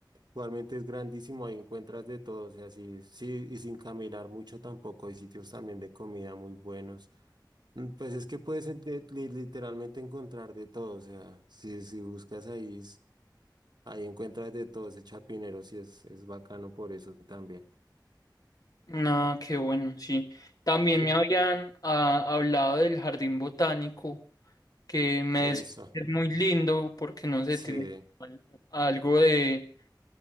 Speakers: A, on the right (about 65°); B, on the left (about 50°).
A: Igualmente es grandísimo, ahí encuentras de todo, o sea, sí, sí, y sin caminar mucho tampoco, hay sitios también de comida muy buenos. Mm, Pues es que puedes en- de- li- literalmente encontrar de todo, o sea, si, si buscas ahí, es- ahí encuentras de todo, ese chapinero sí es, es bacano por eso también.
B: No, qué bueno, sí. También
A: Sí.
B: me habían ah, hablado del jardín botánico que me
A: Eso,
B: decían que es muy lindo porque no sé,
A: sí.
B: tiene al- algo de,